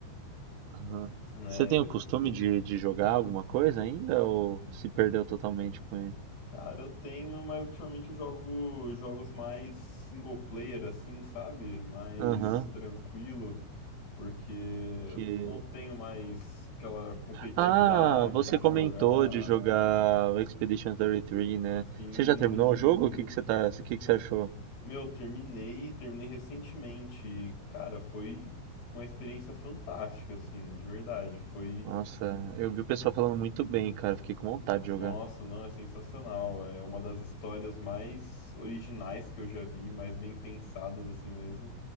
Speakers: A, on the right; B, on the left.
A: Aham.
B: né?
A: Você tem o costume de, de jogar alguma coisa ainda ou se perdeu totalmente com ele?
B: Cara, eu tenho, mas ultimamente eu jogo jogos mais single player, assim, sabe? Mais
A: Aham.
B: tranquilo, porque
A: Que...
B: não tenho mais aquela competitividade
A: Ah, você
B: de
A: comentou
B: jogar.
A: de jogar o Expedition 33, né?
B: Sim,
A: Você já terminou o jogo?
B: sim.
A: O que que você tá, o que que você achou?
B: Meu, terminei, terminei recentemente. e, Cara, foi uma experiência fantástica, assim, de verdade. Foi,
A: Nossa, eu vi o pessoal falando muito bem, cara. Fiquei com vontade de jogar.
B: nossa, não, é sensacional. É uma das histórias mais originais que eu já vi, mais bem pensadas, assim mesmo.